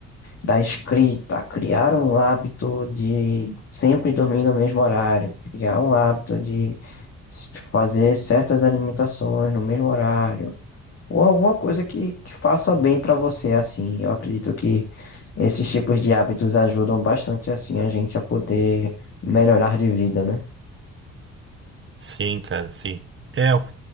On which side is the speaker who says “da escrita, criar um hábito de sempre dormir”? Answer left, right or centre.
Left